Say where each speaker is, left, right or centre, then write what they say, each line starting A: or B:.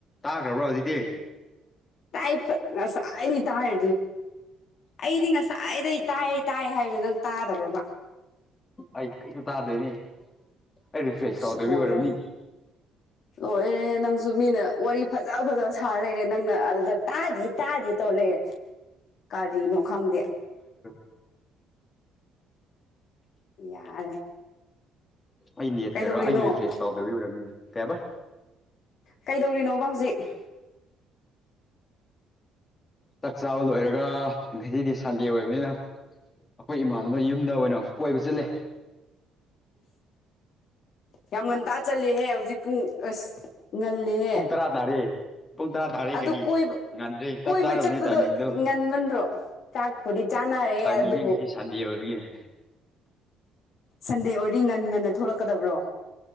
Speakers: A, on the left (about 20°); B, on the left (about 50°).
A: ꯇꯥꯈ꯭ꯔꯕ꯭ꯔꯣ ꯍꯧꯖꯤꯛꯇꯗꯤ
B: ꯇꯥꯏ ꯐꯁꯥꯏꯔꯤ ꯇ ꯍꯥꯏ ꯑꯩꯗꯤ ꯉꯁꯥꯏꯗꯩ ꯇꯥꯏꯌꯦ ꯇꯥꯏ ꯍꯥꯏꯕꯗꯣ ꯅꯪ ꯇꯥꯗꯕ꯭ꯔꯕ
A: ꯑꯩꯁꯨ ꯇꯥꯗꯦꯅꯤ ꯑꯩ ꯔꯤꯐ꯭ꯔꯦꯁ
B: ꯑꯁ
A: ꯇꯧꯗꯕꯤ
B: ꯂꯣꯏꯔꯦ
A: ꯑꯣꯏꯔꯝꯅꯤ
B: ꯂꯣꯏꯔꯦ ꯅꯪꯁꯨ ꯃꯤꯅ ꯋꯥꯔꯤ ꯐꯖ ꯐꯖꯕ ꯁꯥꯔ ꯂꯩꯔ ꯦ ꯅꯪꯅ ꯑꯗꯨꯗ ꯇꯥꯗꯤ ꯇꯥꯗꯤ ꯇꯧꯔꯛꯑꯦ ꯀꯔꯤꯅꯣ ꯈꯪꯗꯦ
A: ꯎꯝ
B: ꯌꯥꯔꯦ
A: ꯑꯩ ꯅꯦꯠꯇꯔ
B: ꯀꯩꯗꯧꯔꯤꯅꯣ
A: ꯑꯩꯁ ꯔꯤꯐ꯭ꯔꯦꯁ ꯇꯧꯗꯕꯤ ꯑꯣꯏꯔꯝꯅꯤ ꯀꯌꯥꯕ
B: ꯀꯩꯗꯧꯔꯤꯅꯣꯕ ꯍꯧꯖꯤꯛ
A: ꯆꯥꯛ ꯆꯥꯕ ꯂꯣꯏꯔꯒ ꯉꯁꯤꯗꯤ ꯁꯟꯗꯦ ꯑꯣꯏꯕꯅꯤꯅ ꯑꯩꯈꯣꯏ ꯏꯃꯥꯗꯨꯅ ꯌꯨꯝꯗ ꯑꯣꯏꯅ ꯀꯣꯏꯕ ꯆꯠꯂꯦ
B: ꯑ ꯌꯥꯝ ꯉꯟꯇꯥ ꯆꯠꯂꯍꯦ ꯍꯧꯖꯤꯛ ꯄꯨꯡ ꯑꯁ ꯉꯜꯂꯤꯍꯦ
A: ꯀꯨꯡ ꯇꯔꯥ ꯇꯥꯔꯦ ꯄꯨꯡ ꯇꯔꯥ ꯇꯥꯔꯦ
B: ꯑꯗꯨ
A: ꯀꯔꯤ
B: ꯀꯣꯏꯕ
A: ꯉꯟꯗ꯭ꯔꯦ ꯆꯞ
B: ꯀꯣꯏꯕ
A: ꯆꯥꯔꯕꯅꯦ
B: ꯆꯠꯄꯗꯣ
A: ꯇꯥꯏꯃꯤꯡꯗꯣ
B: ꯉꯟꯕꯟ꯭ꯔꯣ ꯆꯥꯛꯄꯨꯗꯤ ꯆꯥꯅꯔꯦ
A: ꯇꯥꯏꯃꯤꯅꯦ
B: ꯑꯗꯨꯕꯨ
A: ꯉꯁꯤ ꯁꯥꯟꯗꯤ ꯑꯣꯏꯕꯒꯤꯅꯦ
B: ꯁꯟꯗꯦ ꯑꯣꯏꯗꯤ ꯉꯟ ꯉꯟꯅ ꯊꯣꯛꯂꯛꯀꯗꯕ꯭ꯔꯣ